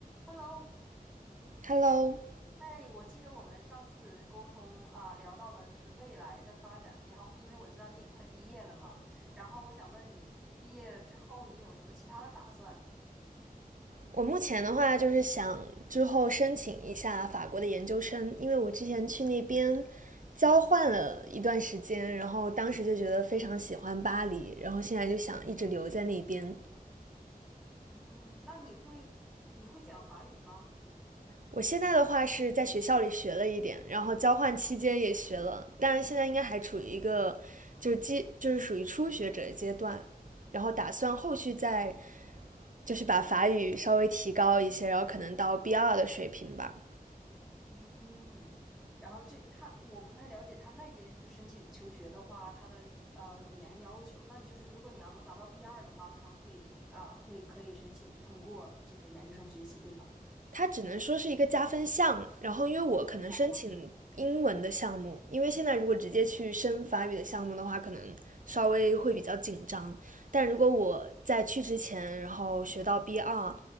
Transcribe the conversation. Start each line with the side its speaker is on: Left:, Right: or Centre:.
Centre: Hello，
Right: Hello，
Centre: 哎，我记得我们上次沟通啊，聊到了就是未来的发展，然后因为我知道你也快毕业了嘛，然后我想问你，毕业了之后你有什么其他的打算？
Right: 我目前的话就是想之后申请一下法国的研究生，因为我之前去那边交换了一段时间，然后当时就觉得非常喜欢巴黎，然后现在就想一直留在那边。
Centre: 嗯，那你会你会讲法语吗？
Right: 我现在的话是在学校里学了一点，然后交换期间也学了，但是现在应该还处于一个就是基就是属于初学者的阶段，然后打算后续再
Centre: 嗯，
Right: 就是把法语稍微提高一些，然后可能到 B2 的水平吧。
Centre: 嗯，然后这他我不太了解他那边就申请求学的话，他的呃语言要求，那你就是如果你要能达到 b 二的话，他会啊、会可以申请通过这个研究生学习，对吗？
Right: 它只能说是一个加分项。然后，因为我可能申请英文的项目，
Centre: 哦
Right: 因为现在如果直接去申法语的项目的话，可能稍微会比较紧张。但如果我在去之前，
Centre: 嗯。
Right: 然后学到 B2，